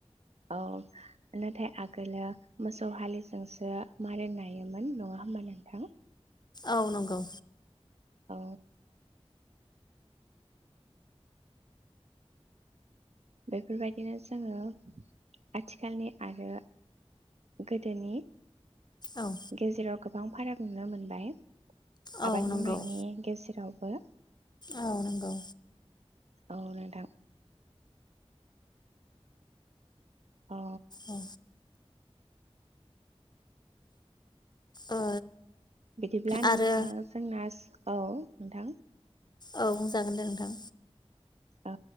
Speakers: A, on the right; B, on the left.
A: औ नाथाय आगोलो मोसौ हालिजोंसो मारोन नायोमोन नङा होमबा नोंथां?
B: औ नोंगौ।
A: औ। बेफोरबायदिनो जोङो आथिखालनि आरो गोदोनि।
B: औ
A: गेजेराव। गोबां फाराग नुनो मोनबाय।
B: औ
A: आबाद
B: नंगौ
A: मावनायनि गेजेरावबो।
B: औ नंगौ
A: औ नोंथां। अ।
B: औ ओ।
A: बिदिब्ला
B: आरो
A: नोंथां जोंना औ नोंथां।
B: औ बुंजागोन दे नोंथां।
A: औ